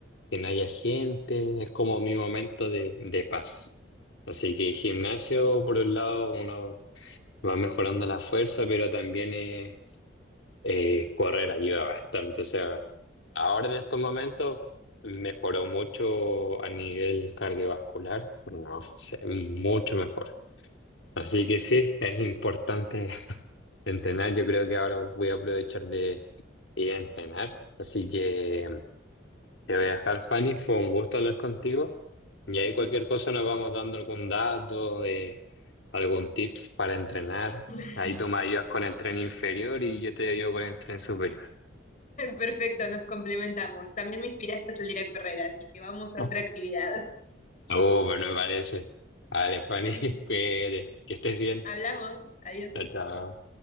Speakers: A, on the left; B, on the left.
A: que no haya gente, es como mi momento de, de paz. Así que gimnasio, por un lado, uno va mejorando la fuerza, pero también eh, eh, correr ayuda bastante. O sea, ahora en estos momentos mejoró mucho a nivel cardiovascular, no sé, mucho mejor. Así que sí, es importante <laughs> entrenar. Yo creo que ahora voy a aprovechar de ir a entrenar. Así que te voy a dejar, Fanny. Fue un gusto hablar contigo. Y ahí
B: Ujú.
A: cualquier cosa nos vamos dando algún dato de algún tips para entrenar.
B: <laughs>
A: Ahí tú me ayudas con el tren inferior y yo te ayudo con el tren superior.
B: Perfecto, nos complementamos. También me inspiraste a salir a correr, así que vamos a
A: <laughs>
B: hacer actividad.
A: Oh, Súper, me parece. Vale, Fanny,
B: Buenísimo.
A: <laughs> cuídate, que estés bien.
B: Hablamos. Adiós.
A: Chao, chao.